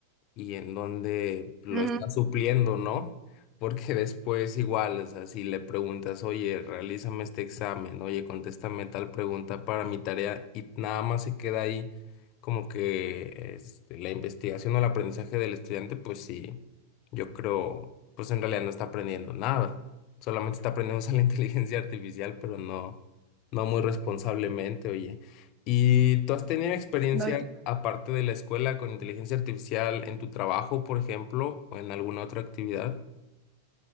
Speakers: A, on the left; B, on the right.
A: y en donde lo
B: Ujú.
A: está supliendo, ¿no? Porque <laughs> después igual, o sea, si le preguntas, oye, realízame este examen, oye, contéstame tal pregunta para mi tarea y nada más se queda ahí como que este, la investigación o el aprendizaje del estudiante, pues sí, yo creo, pues en realidad no está aprendiendo nada, solamente está aprendiendo <laughs> a usar la <laughs> inteligencia artificial, pero no, no muy responsablemente, oye. ¿Y tú has tenido experiencia,
B: No, y tienes
A: aparte de la escuela, con inteligencia artificial en tu trabajo, por ejemplo, o en alguna otra actividad?